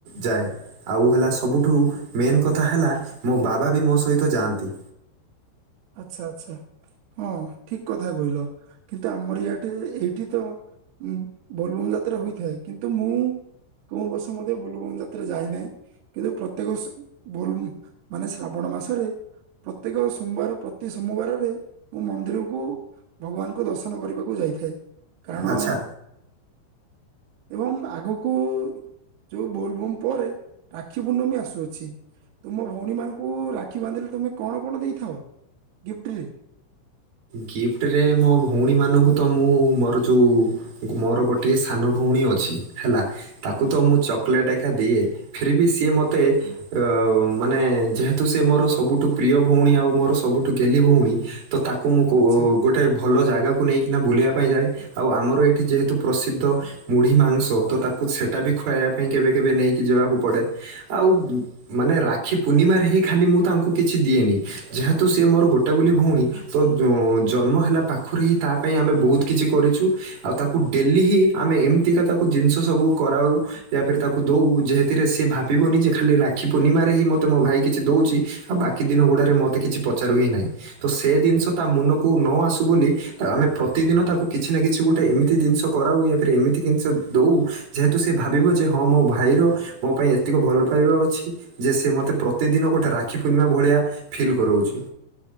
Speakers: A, on the right; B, on the right.
A: ଯାଏ ଆଉ ହେଲା ସବୁଠୁ ମେନ୍ କଥା ହେଲା ମୋ ବାବା ବି ମୋ ସହିତ ଯାଆନ୍ତି।
B: ଆଚ୍ଛା ଆଛା ହଁ ଠିକ କଥା କହିଲ କିନ୍ତୁ ଆମର ୟାଟେ ଏଇଠି ତ ଉଁ ବୋଲେ ବମ୍ ଯାତ୍ରା ହୋଇଥାଏ କିନ୍ତୁ ମୁଁ କୋଉ ବର୍ଷ ମଧ୍ୟ ବୋଲେ ବମ୍ ଯାତ୍ରା ଯାଇନାହିଁ। କିନ୍ତୁ ପ୍ରତ୍ୟେକ ସ ବୋଲ ମାନେ ଶ୍ରାବଣ ମାସରେ ପ୍ରତ୍ୟେକ ସୋମବାର ପ୍ରତି ସୋମବାରରେ ମୁଁ ମନ୍ଦିରକୁ ଭଗବାନଙ୍କୁ ଦର୍ଶନ କରିବାକୁ ଯାଇଥାଏ। କାରଣ
A: ଆଚ୍ଛା
B: ଏବଂ ଆଗକୁ ଯୋଉ ବୋଲେ ବମ୍ ପରେ ରାକ୍ଷୀ ପୂର୍ଣ୍ଣମୀ ଆସୁଅଛି। ତୁମ ଭଉଣୀ ମାନଙ୍କୁ ରାକ୍ଷୀ ବାନ୍ଧିଲେ ତୁମେ କଣ କଣ ଦେଇଥାଅ? ଗିଫ୍ଟରେ?
A: ଗିଫ୍ଟରେ ମୋ ଭଉଣୀମାନଙ୍କୁ ତ ମୁଁ ମୋର ଯୋଉ ମୋର ଗୋଟିଏ ସାନ ଭଉଣୀ ଅଛି ହେଲା ତାକୁ
B: ଆଚ୍ଛା
A: ତ ମୁଁ ଚକୋଲେଟ ଏକା ଦିଏ ଫିର ବି ସିଏ ମୋତେ ଅ ମାନେ ଯେହେତୁ ସେ ମୋର ସବୁଠୁ ପ୍ରିୟ ଭଉଣୀ ଆଉ ମୋର ସବୁଠୁ ଗେଲି ଭଉଣୀ ତ ତାକୁ ମୁଁ କୋ
B: ଆଚ୍ଛା,
A: ଗୋଟେ ଗୋଟେ ଭଲ ଜାଗାକୁ ନେଇକିନା ବୁଲିବା ପାଇଁ ଯାଏ ଆଉ ଆମର ଏଠି ଯେହେତୁ ପ୍ରସିଦ୍ଧ ମୁଢି ମାଂସ ତ ତାକୁ ସେଟା ବି ଖୁଆଇବା ପାଇଁ କେବେ କେବେ ନେଇକି ଯିବାକୁ ପଡେ ଆଉ ମାନେ ରାକ୍ଷୀ ପୂର୍ଣ୍ଣିମାରେ ହି ଖାଲି ମୁଁ ତାଙ୍କୁ କିଛି ଦିଏନି ଯେହେତୁ ସେ ମୋର ଗୋଟେ ବୋଲି ଭଉଣୀ। ତ ଜନ୍ମ ହେଲା ପାଖରୁ ହିଁ ତା ପାଇଁ ଆମେ ବହୁତ କିଛି କରିଛୁ ଆଉ ତାକୁ ଡେଲି ହିଁ। ଆମେ ଏମିତିକା ତାକୁ ଜିନିଷ ସବୁ କରାଉ। ୟା ଫିର ତାକୁ ଦଉ ଯେହେଥିରେ ସେି ଭାବିବନି ଯେ ଖାଲି ରାକ୍ଷୀ ପୂର୍ଣିମାରେ ହିଁ ମତେ ମୋ ଭାଇ କିଛି ଦଉଛି। ଆଉ ବାକି ଦିନ ଗୁଡ଼ାରେ ମୋତେ କିଛି ପଚାରୁ ହିଁ ନାହିଁ ତ ସେ ଜିନିଷ ତା ମୁନକୁ ନ ଆସୁ ବୋଲି। ତ ଆମେ ପ୍ରତିଦିନ ତାକୁ କିଛି ନା କିଛି ଗୋଟେ ଏମିତି ଜିନିଷ କରାଉ ଯା ଫିର ଏମିତି ଜିନିଷ ଦଉ। ଯେହେତୁ ସେ ଭାବିବ ଯେ ହଁ ମୋ ଭାଇର। ମୋ ପାଇଁ ଏତିକ ଭଲ ପାଇବା ଅଛି ଯେ ସେ ମୋତେ ପ୍ରତିଦିନ ଗୋଟେ ରାକ୍ଷୀ ପୂର୍ଣ୍ଣିମା ଭଳିଆ। ଫିଲ୍ କରଉଛି।